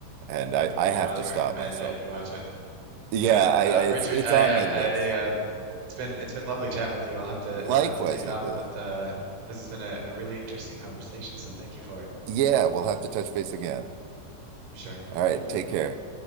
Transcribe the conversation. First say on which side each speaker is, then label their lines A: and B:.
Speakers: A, on the right; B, on the right.
A: And I,
B: Would highly
A: I have to
B: recommend
A: stop myself.
B: that you watch it.
A: Yeah,
B: Yeah,
A: I,
B: uh,
A: I it's
B: Richard,
A: it's
B: I,
A: on my
B: I,
A: list.
B: I, um, it's been it's been lovely chatting with you. I'll have to
A: Likewise,
B: I'll have to take
A: Nicholas.
B: off, but uh, this has been a, a really interesting conversation. So thank you for it,
A: Yeah, we'll have to touch base again.
B: for sure.
A: All right,
B: Take care.
A: take care.